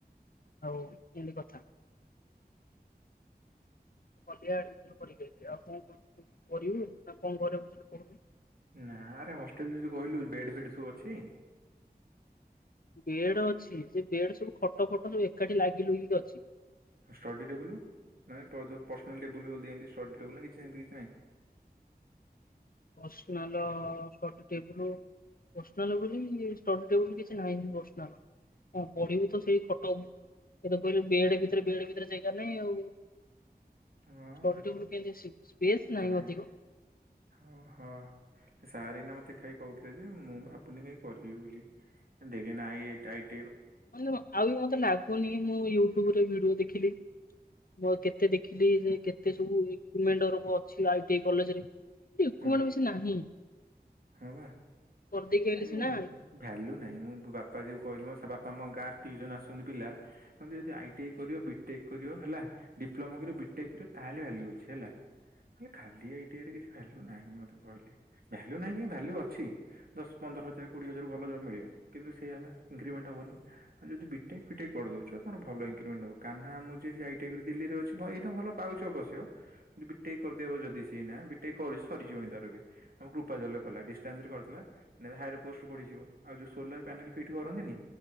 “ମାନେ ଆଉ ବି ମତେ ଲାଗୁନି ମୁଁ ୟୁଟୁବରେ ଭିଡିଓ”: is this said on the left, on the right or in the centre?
Left